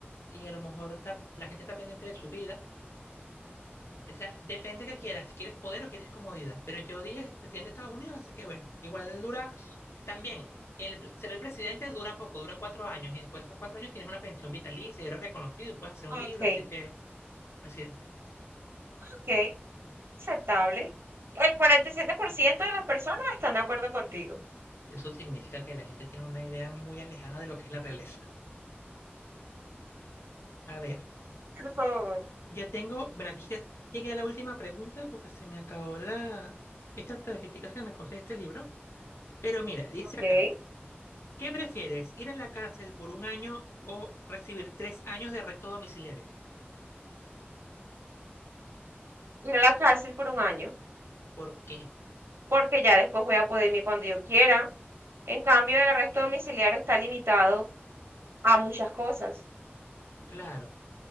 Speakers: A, on the left; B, on the right.
A: y a lo mejor está, la gente está pendiente de su vida O sea, depende que quieras, si quieres poder o quieres comodidad. Pero yo dije el presidente de Estados Unidos, así que bueno, igual dura también. El, ser el presidente dura poco, dura cuatro años y después de esos cuatro años tienes una pensión vitalicia, eres reconocido y puedes hacer un
B: Ok,
A: libro, así que presidente.
B: ok, aceptable. El 47% de las personas están de acuerdo contigo.
A: Eso significa que la gente tiene una idea muy alejada de lo que es la realeza. A ver,
B: Por favor.
A: ya tengo, bueno, aquí ya llegué a la última pregunta porque se me acabó la, estas tarjeticas que me conseguí este libro. Pero mira, dice
B: Ok.
A: acá, ¿Qué prefieres? ¿Ir a la cárcel por un año o recibir tres años de arresto domiciliario?
B: Ir a la cárcel por un año,
A: ¿Por qué?
B: porque ya después voy a poder irme cuando yo quiera. En cambio, el arresto domiciliario está limitado a muchas cosas.
A: Claro,